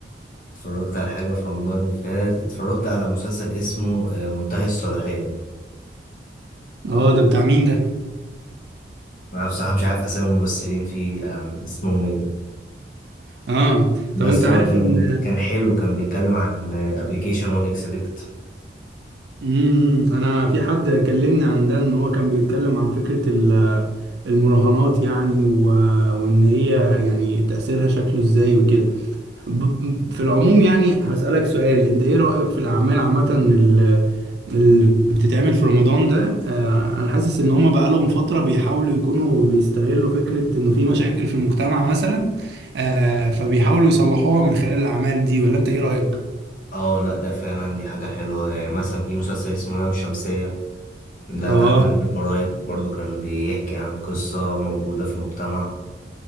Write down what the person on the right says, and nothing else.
اه ده بتاع مين ده
اه
طب انت عارف
ان
امم امم. انا في حد كلمني عن ده ان هو كان بيتكلم عن فكرة ال- المراهنات يعني و... وان هي يعني تأثيرها شكله ازاي وكده ب... في العموم يعني هسألك سؤال انت ايه رأيك في الاعمال عامة ال- اللي بتتعمل في رمضان ده آه، انا حاسس ان هم بقالهم فترة بيحاولوا يكونوا بيستغلوا فكرة انه في مشاكل في المجتمع مثلا آه، فبيحاولوا يصلحوها من خلال الاعمال دي ولا انت ايه رأيك؟
اه